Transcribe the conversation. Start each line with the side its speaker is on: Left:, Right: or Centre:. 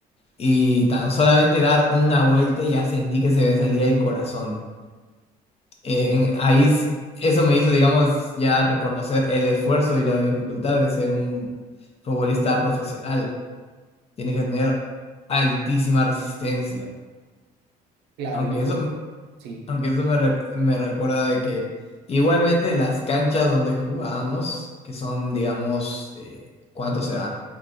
Left: y tan solamente dar una vuelta ya sentí que se me salía el corazón. Eh, en- ahí s- eso me hizo, digamos, ya reconocer el esfuerzo y la dificultad de ser un futbolista profesional. Tiene que tener altísima resistencia.
Right: Claro,
Left: Aunque
Right: y eso,
Left: eso,
Right: sí,
Left: aunque eso me, re- me recuerda de que igualmente en las canchas donde jugábamos, que son, digamos, eh, ¿cuánto será?